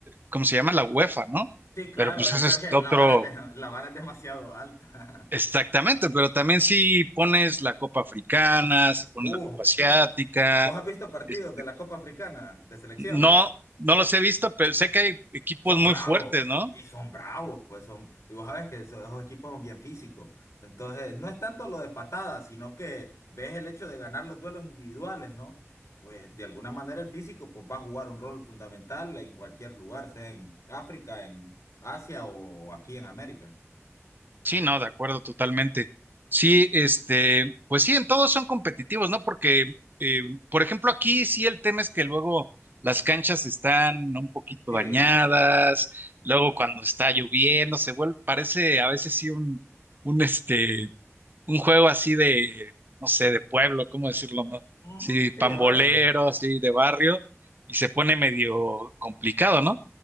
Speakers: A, on the right; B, on the left.
A: ¿cómo se llama? La UEFA, ¿no?
B: Sí, claro,
A: Pero pues
B: es
A: ese
B: pero
A: es
B: que
A: otro
B: la vara es, de- la vara es demasiado alta.
A: Exactamente,
B: <laughs>
A: pero también si pones la copa africana, si pones
B: Uh,
A: la copa asiática,
B: ¿vos has visto partidos
A: es-
B: de la Copa Africana de selecciones?
A: no, no los he visto, pero sé que hay equipos
B: son
A: muy
B: bravos
A: fuertes, ¿no?
B: y son bravos, pues son, y vos sabes que esos, esos equipos son bien físicos. Entonces, no es tanto lo de patadas, sino que ves el hecho de ganar los duelos individuales, ¿no? Pues de alguna manera el físico pues va a jugar un rol fundamental en cualquier lugar, sea en África, en Asia o aquí en América.
A: Sí, no, de acuerdo, totalmente. Sí,
B: Ent-
A: este, pues sí, en todos son competitivos, ¿no? Porque, eh, por ejemplo, aquí sí el tema es que luego las canchas están un poquito
B: Sí,
A: dañadas, luego cuando está lloviendo se vuelve, parece a veces sí un, un este un juego así de, no sé, de pueblo, ¿cómo decirlo? no?
B: ujú,
A: Sí, pambolero,
B: sí, de barrio.
A: así de barrio, y se pone medio complicado, ¿no?